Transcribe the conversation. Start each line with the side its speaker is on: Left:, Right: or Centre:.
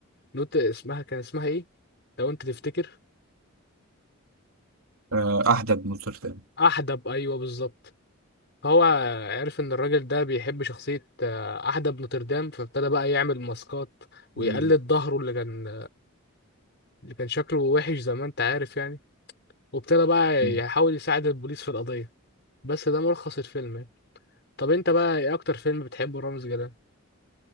Left: نوت اسمها كان اسمها إيه؟ لو أنت تفتكر
Right: آه احدى بن نوتردام
Left: أحدب أيوه بالظبط فهو عرف ان الراجل ده بيحب شخصية آه، احدب نوتردام فابتدى بقى يعمل ماسكات ويقلد
Right: مم.
Left: ظهره اللي كان اللي كان شكله وحش زي ما انت عارف يعني وابتدى بقى
Right: مم.
Left: يحاول يساعد البوليس في القضية بس ده ملخص الفيلم يعني طب انت بقى ايه اكتر فيلم بتحبه رامز جلال